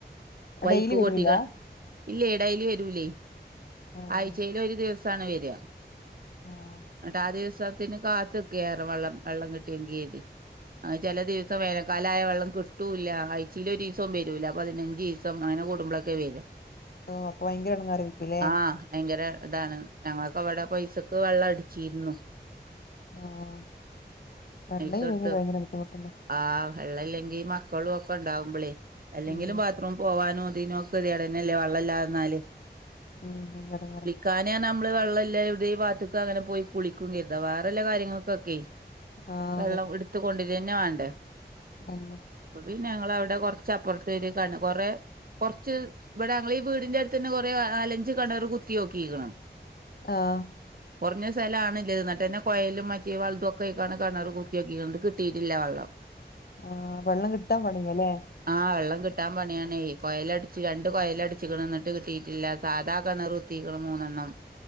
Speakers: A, on the right; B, on the left.
A: പൈപ്പ
B: ഡെയിലി വരുവില്ല
A: കൊട്ടിക ഇല്ലേ ഡെയിലി വരൂലേ
B: ആഹ്
A: ആഴ്ചൽ ഒരു ദിവസ് വര
B: ആഹ്
A: എന്നിട്ട് ആ ദിവസ ത്തിന് കാത്തൊക്കെറെ വെള്ളം വെള്ളം കിട്ടിയ കീതി ചില ദിവസം വേന കാലായ വെള്ളം കിട്ടൂല്ല ആഴ്ചൽ ഒരു ദിവസം വരൂല പതിനഞ്ച് ദിവസം അങ്ങനെ കൂടുമ്പോഴൊക്കെ വരും
B: ഓ അപ്പൊ ഭയങ്കര ഇട ങ്ങാറിരിക്കൂല്ലേ
A: ആഹ് ഭയങ്കര ഇതാണ് ഞങ്ങളൊക്കെ വടെ പൈസക്ക് വെള്ളം അടിച്ചിരുന്നു
B: ആഹ് വെള്ളല്ലെങ്കും
A: പൈസ കൊടുത്ത്
B: ഭയങ്കര ബുദ്ധിമുട്ടല്ലേ?
A: ആഹ് വെള്ള ഇല്ലെങ്കിൽി മക്കളും ഒക്കെ ഉണ്ടാവുമ്പളേ അല്ലെങ്കിലും
B: ഉം
A: ബത് റൂം പോവാനും തിനെക്കെ കതിടന്നെല്ലേ വള്ളല്ലാല്
B: ഉം എടങ്ങറ
A: കാനെയാണ് നമ്മള് വെള്ളംല്ലാം ഇവിടെ ഈാത്തക്ക അങ്ങനെ പോയി കുളിക്കും കരുതാ വേറെല്ല കാര്യങ്ങൾക്കൊക്കെ
B: ആഹ്
A: വെള്ളം എടുത്ത് കൊണ്ടരന്ന വണ്ടേ
B: തന്നെ
A: അപ്പ പിന്ന ഞങ്ങളെ അവിടെ കൊറച്ചപ്പുത്ത്ണ് കൊറെ കുറച്ച് ഇവിടെ ഞങ്ങൾ ഈ വീടിന്റെ അടുത്ത് തന്നെ കൊറ ആലഞ്ച് കെണർ കുത്തിയോക്കിക്ക്ണ്
B: ആഹ്
A: കുറഞ്ഞ സ്ഥലം ആണല്ല എന്നിട്ട്ന്നെയലും മറ്റ വെള്ളംൊക്കെക്കാണ് കെണർ കുത്തിയോക്കിക്ക്ണ്ട് കിട്ടിയിട്ടില്ല വെള്ളം
B: ആഹ് വെള്ളം കിട്ടാൻ പണിയലെ
A: ആഹ് വെള്ളം കിട്ടാൻ പണിയാണേ കൊയൽടച്ച് രണ്ട് കൊയല അടച്ച് കിന്നിട്ട് കിട്ടിയിട്ടില്ല സാധാ കിണർ കുത്തിക്കണ് മൂന്നെണ്ണം